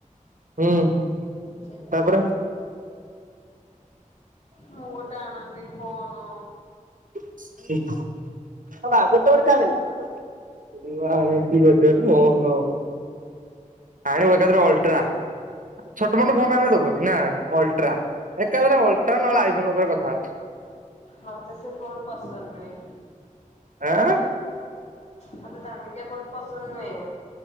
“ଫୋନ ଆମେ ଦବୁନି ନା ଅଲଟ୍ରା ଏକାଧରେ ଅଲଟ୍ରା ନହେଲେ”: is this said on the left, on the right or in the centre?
Right